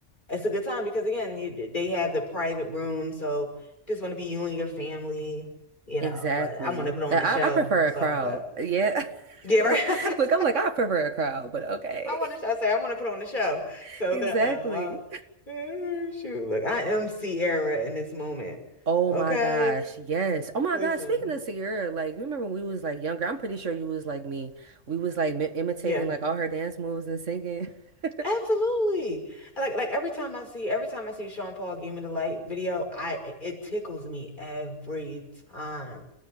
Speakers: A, on the left; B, on the right.
A: it's a good time because again, you, they have the private room, so just want to be you and your family, you know.
B: Exactly.
A: But I want to put on
B: I,
A: the show,
B: I prefer
A: so
B: a crowd.
A: but
B: Yeah. <laughs>
A: yeah, right.
B: Look,
A: <laughs>
B: look, I'm like, I prefer a crowd, but okay.
A: I want to. I say I want to put on the show.
B: <laughs>
A: So
B: Exactly.
A: the uh, uh, shoot, look, I am Sierra in this moment.
B: Oh
A: Okay,
B: my gosh, yes. Oh my
A: listen,
B: gosh, speaking of Sierra, like you remember when we was like younger, I'm pretty sure you was like me. We was like mi imitating
A: yeah,
B: like all her dance moves and singing. <laughs>
A: absolutely. Like like every time I see every time I see Sean Paul Give Me the Light video, I it tickles me every time.